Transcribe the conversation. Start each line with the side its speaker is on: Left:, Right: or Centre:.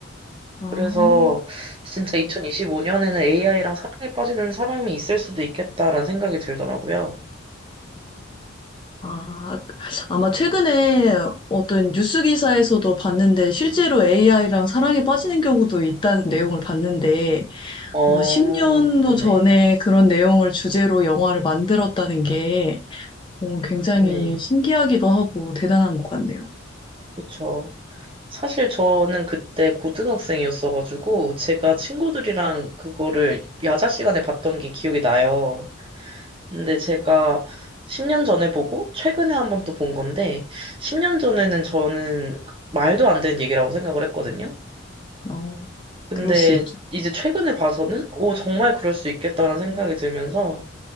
Left: 아,
Right: 그래서 진짜 2025년에는 AI랑 사랑에 빠지는 사람이 있을 수도 있겠다라는 생각이 들더라고요.
Left: 아, 아마 최근에 어떤 뉴스 기사에서도 봤는데 실제로 AI랑 사랑에 빠지는 경우도 있다는 내용을 봤는데
Right: 어,
Left: 어, 10년도 전에
Right: 네.
Left: 그런 내용을 주제로 영화를 만들었다는 게 어, 굉장히
Right: 네.
Left: 신기하기도 하고 대단한 것 같네요.
Right: 그쵸. 사실 저는 그때 고등학생이었어가지고, 제가 친구들이랑 그거를 야자 시간에 봤던 게 기억이 나요. 근데 제가 10년 전에 보고, 최근에 한번 또 본 건데, 10년 전에는 저는 말도 안 되는 얘기라고 생각을 했거든요.
Left: 어,
Right: 근데
Left: 그럴 수 있죠.
Right: 이제 최근에 봐서는, 오, 정말 그럴 수 있겠다라는 생각이 들면서,